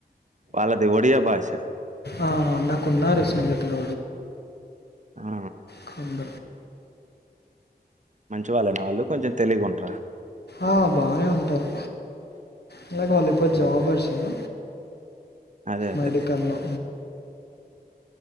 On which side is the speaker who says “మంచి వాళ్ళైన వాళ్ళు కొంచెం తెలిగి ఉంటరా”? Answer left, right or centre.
Right